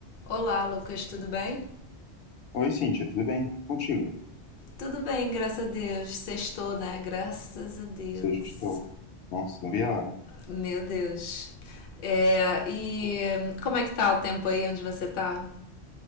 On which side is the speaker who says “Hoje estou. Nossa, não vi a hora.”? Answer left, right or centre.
Left